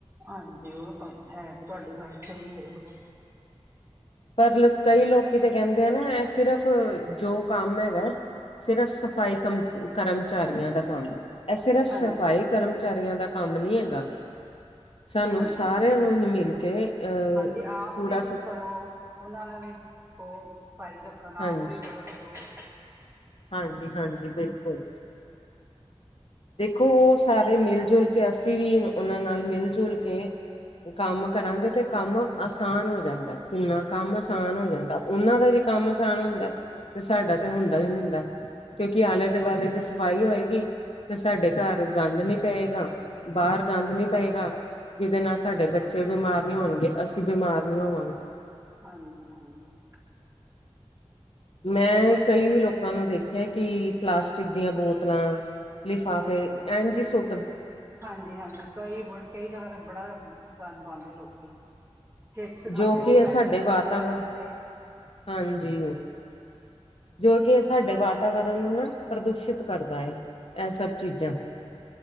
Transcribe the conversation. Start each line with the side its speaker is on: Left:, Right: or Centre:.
Right: ਹਾਂਜੀ ਓਹ ਬਾਤ ਹੈ ਹੀ ਤੁਹਾਡੀ ਗੱਲ ਸਹੀ ਏ ਬਿਲਕੁਲ।
Left: ਪਰ ਕਈ ਲੋਕੀ ਤੇ ਕੈੰਦੇ ਆ ਨਾ ਐ ਸਿਰਫ਼ ਜੋ ਕੰਮ ਹੈਗੈ ਸਿਰਫ਼ ਸਫ਼ਾਈ ਕਮ ਕਰਮਚਾਰੀਆਂ ਦਾ ਕੰਮ ਏ। ਐ ਸਿਰਫ ਸਫ਼ਾਈ
Right: ਹਾਂਜੀ
Left: ਕਰਮਚਾਰੀਆਂ ਦਾ ਕੰਮ ਨੀ ਹੈਗਾ। ਸਾਨੂੰ
Right: ਹਾਂਜੀ
Left: ਸਾਰਿਆਂ ਨੂੰ ਹੀ ਮਿਲ ਕੇ ਅਹ
Right: ਹਾਂਜੀ ਆਪ
Left: ਕੂੜਾ
Right: ਵੀ ਕੁਛ
Left: ਸੁ
Right: ਕਰੋ ਔਨਾਂ ਨੂੰ ਵੀ ਕੋ ਸਫਾਈ ਰੱਖਣ
Left: ਹਾਂਜੀ
Right: ਆਪ ਵੀ ਕਰੋ ਜ਼ਰੂਰ।
Left: ਹਾਂਜੀ ਹਾਂਜੀ, ਬਿਲਕੁਲ। ਦੇਖੋ, ਓਹ ਸਾਰੇ ਮਿਲ-ਜੁਲ ਕੇ ਅਸੀਂ ਵੀ ਔਨਾਂ ਨਾਲ ਮਿਲ-ਜੁਲ ਕੇ ਕੰਮ ਕਰਾਂਗੇ ਤੇ ਕੰਮ ਆਸਾਨ ਹੋ ਜਾਂਦੈ। ਕਿੰਨਾ ਕੰਮ ਆਸਾਨ ਹੋ ਜਾਂਦਾ ਓਨਾਂ ਦਾ ਵੀ ਕੰਮ ਆਸਾਨ ਹੁੰਦੈ ਤੇ ਸਾਡਾ ਤੇ ਹੁੰਦਾ ਈ ਹੁੰਦਾ। ਕਿਉਂਕਿ ਆਲੇ-ਦੁਵਾਲੇ
Right: ਹਾਂਜੀ
Left: ਦੀ ਸਫਾਈ ਹੋਏਗੀ ਫਿਰ ਸਾਡੇ ਘਰ ਗੰਦ ਨੀ ਪਏਗਾ, ਬਾਰ ਗੰਦ ਨੀ ਪਏਗਾ। ਜਿਦੇ ਨਾਲ ਸਾਡੇ ਬੱਚੇ ਬਿਮਾਰ ਨੀ ਹੋਣਗੇ, ਅਸੀਂ ਬਿਮਾਰ ਨੀ ਹੋਵਾਂਗੇ।
Right: ਹਾਂਜੀ, ਹਾਂ ਨੀ।
Left: ਮੈਂ ਕਈ ਲੋਕ ਲੋਕਾਂ ਨੂੰ ਦੇਖਿਆ ਕਿ ਪਲਾਸਟਿਕ ਦੀਆਂ ਬੋਤਲਾਂ, ਲਿਫਾਫੇ ਐੰਜੀ ਸੂ
Right: ਹਾਂਜੀ ਹਾਂਜੀ, ਕਈ ਬ ਕਈ ਜਗ੍ਹਾ ਤੇ ਬੜਾ ਗੰਦ ਪਾਂਦੇ ਲੋਕੀ‌। ਚੀਪਸ ਖਾਧੇ
Left: ਜੋ
Right: ਓਹ
Left: ਕਿ ਇਹ
Right: ਪੈਕੇਟ
Left: ਸਾਡੇ
Right: ਸੂਟ
Left: ਵਾਤਾਵਰਨ
Right: ਤਾ ਸੜਕ ਤੇ।
Left: ਹਾਂਜੀ। ਜੋ ਕਿ ਐ ਸਾਡੇ ਵਾਤਾਵਰਨ ਨੂੰ ਨਾ ਪ੍ਰਦੂਸ਼ਿਤ ਕਰਦਾ ਏ। ਐ ਸਭ ਚੀਜ਼ਾਂ।